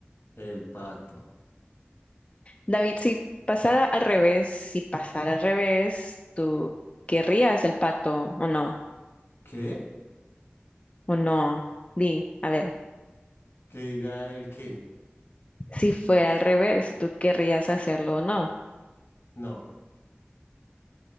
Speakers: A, on the left (about 65°); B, on the left (about 30°).
A: El pacto.
B: David, si pasara al revés, si pasara al revés, ¿tú querrías el pacto o no?
A: ¿Qué?
B: ¿O no? Di, a ver,
A: Que diga el qué.
B: si fuera al revés, ¿tú querrías hacerlo o no?
A: No,